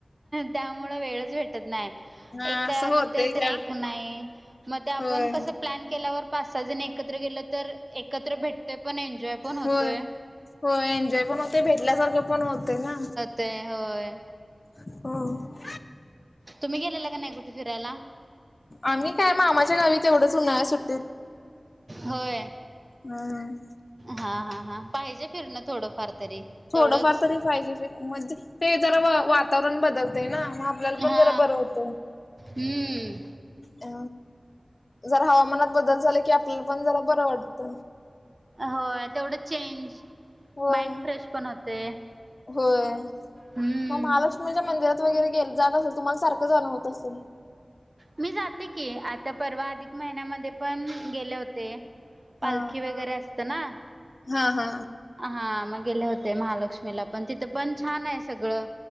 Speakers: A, on the right (about 35°); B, on the left (about 50°).
A: त्यामुं वेळच भेटत नाही
B: हा
A: एक तयार
B: असं
A: होते
B: होतय
A: तर
B: का
A: एक नाही मग
B: होय
A: ्ल केल्या पाच सहा एकत्र गे तर एक्र भेटण पण होतोय
B: होय होय एन्जॉय पण होते भेटल्यासारखं पण होते ना
A: ते होय
B: हो
A: तुम्ही गेलेला का नाही कुठे फिरायला
B: आम्ही काय मा मामाच्या गावीत एवढंच उन्हाळ्या सुट्टीत
A: होय
B: हम्
A: हा हा हा पाहिजे फिरणं थोडंफार तरी तेवढंच
B: थोडंफार तरी पाहिजेि म्हणजे ते जरा वातावरण बदलते ना तला
A: हा
B: पण जरा बर होत
A: हम्म
B: अ जर हवामानात बदल झाला कि आपल्याला पण जरा बरं वाटत
A: होय तेवढं चेंज
B: होय
A: माइंड फ्रेश पण होते
B: होय
A: हम्म.
B: मग महालक्ष्मीच्या मंदिरात वगैरे गेल जाग असेल तुम्हाला सारखं जाणं होत असेल
A: मी जाते की आता परवा अधिक महिन्यामध्ये पण गेले होते ते पालखी
B: हा
A: वगैरे असत ना
B: हा हा
A: हा मग गेले होते महालक्ष्मीला पण तिथं पण छान आहे सगळं